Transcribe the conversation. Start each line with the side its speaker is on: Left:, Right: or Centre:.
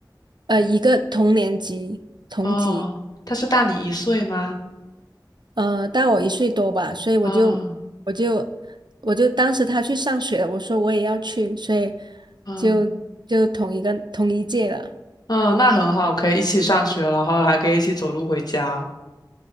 Right: 呃，一个同年级同级。
Left: 哦，他是大你一岁吗？
Right: 呃，大我一岁多吧，所以我就我就
Left: 啊
Right: 我就当时他去上学了，我说我也要去，所以
Left: 嗯
Right: 就就同一个同一届了，
Left: 嗯，那很好，可以一起上学，然后还可以一起走路回家。